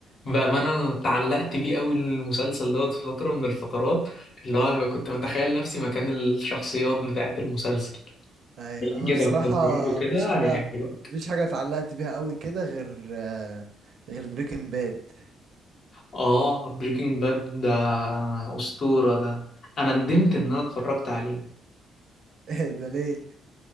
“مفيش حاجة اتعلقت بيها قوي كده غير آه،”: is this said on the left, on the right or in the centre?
Right